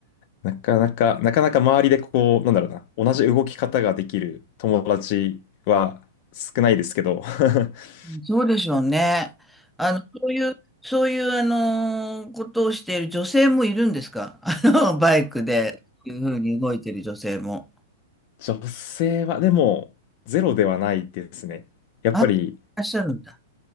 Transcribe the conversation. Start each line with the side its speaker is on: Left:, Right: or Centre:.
Left: なかなか、なかなか周りでこう、なんだろうな、同じ動き方ができる友達は少ないですけど、<laughs>
Centre: そうでしょうね。あの、そういう、そういう、あのことをしている女性もいるんですか <laughs> あの、バイクで、いうふうに動いている女性も。
Left: 女性はでもゼロではないですね。やっぱり
Centre: あ、いらっしゃるんだ。